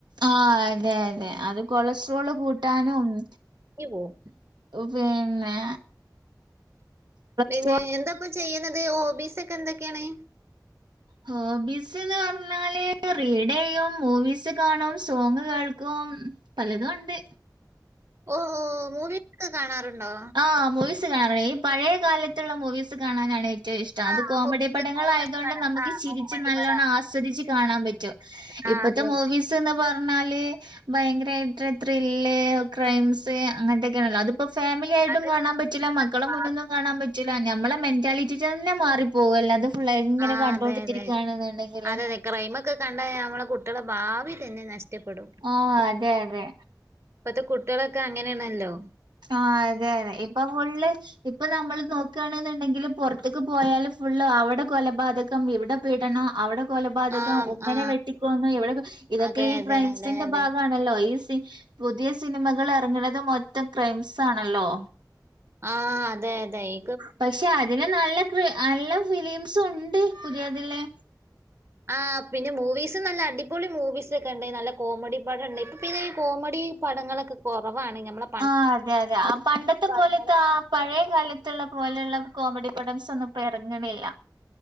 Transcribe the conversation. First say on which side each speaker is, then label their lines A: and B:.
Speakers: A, on the right; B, on the right.
A: ആഹ് അതെ അതെ അത് കൊളസ്ട്രോള് കൂട്ടാനും ഉം
B: പോവും
A: പിന്നെ കൊളസ്ട്രോൾ
B: പിന്നെ എന്താപ്പ ചെയ്യുന്നത് ഹോബീസ് ഒക്കെ എന്തൊക്കെയാണ്
A: ഹോബീസ് എന്ന് പറഞ്ഞാല് റീഡ് ചെയ്യും മൂവീസ് കാണും സോങ് കേൾക്കും പലതും ഉണ്ട്
B: ഓഹ് ഓഹ് മൂവിക്കെ കാണാറുണ്ടോ
A: ആഹ് മൂവീസ് കാണാറ ഈ പഴയ കാലത്തുള്ള മൂവീസ് ച് കാണാനാണ് ഏറ്റവും ഇഷ്ടം.
B: ആ
A: അത് കോമഡി
B: ഹോബീസ്
A: പടങ്ങൾ
B: കോമഡി
A: ആയതൊണ്ട്
B: പടം
A: നമക്ക്
B: ആ
A: ചിരിച്ച്
B: കോമഡി
A: നല്ലോണം
B: പടം
A: ആസ്വദിച്ച്. കാണാൻ പറ്റും..
B: ആ
A: ഇപ്പത്തെ
B: അതെ
A: മൂവിസ്. സ് പറഞ്ഞാൽ ഭയങ്കരായിട്ട് ത്രീല്ല് ക്രൈസ് സ് അങ്ങനൊക്കാണല്ലോ അത്പ്പോ ഫാമിലിയായിട്ടും കാ
B: അതെ.
A: കാണാൻ പറ്റില്ല മക്കളെ
B: ആ,
A: മുന്നുന്നും കാണാൻ പറ്റില്ല ഞമ്മളെ മെന്റാലിറ്റി റ്റെന്നെ മാറിപ്പോവെല്ലതും. ഇപ്പൾ എങ്ങനെ
B: അതെ അതെ ആ
A: കണ്ടോറ്റിരികാണ്ന്ന്ണ്ടങ്കില്.
B: അതെ അതെ അതെ അതെ ക്രൈമൊക്കെ കണ്ടായ് നമ്മളെ കുട്ട്യാളെ ഭാവി തന്നെ നഷ്ടപ്പെടും.
A: ആ അതെ അതെ.
B: ഇപ്പത്തെ കുട്ടിളൊക്കെ അങ്ങനെണല്ലോ.
A: ആ അതെ അതെ ഇപ്പൊ ഫുള്ള്. ഇപ്പൊ നമ്മൾ നോക്കുണ്ന്നുണ്ടെങ്കിലും പൊർത്ത്ക് പോയാലും ഫുള്ള് അവടെ കൊലപാത കം ഇവിടെ പീഡനം അവടെ കൊലപാതകം
B: ആ
A: ഉമ്മനെ
B: ആ
A: വെട്ടിക്കൊന്നു ഇവിടെ ഇതൊക്കെ
B: അതെ
A: ഈ
B: അതെ
A: ക്രൈംസിന്റെ
B: അതെ അതെ
A: ഭാഗണല്ലോ ഈ സി പുതിയ സിനിമകൾ എറങ്ങണത് മൊത്തം ക്രൈംസ് ആണല്ലോ.
B: ആ അതെ അതെയ്.
A: പഷെ അതില് നല്ല കൃ നല്ല ഫിലിംസ് ഉണ്ട് പുതിയതില്.
B: ആ പിന്നെ മൂവീസ് നല്ല അടിപൊളി മൂവീസ്ക്കെണ്ട് നല്ല കോമഡി പടണ്ട് ഇപ്പിതിന് കോമഡി. പടങ്ങളൊക്കെ കൊറവാണ് ഞമ്മളെ
A: ആ അതെ അതെ ആ പണ്ടത്തെ പോലത്തെ ആ പഴയെ കാലത്തുള്ള പോലെള്ള കോമഡി പടംസൊന്നും ഇപ്പറങ്ണില്ല.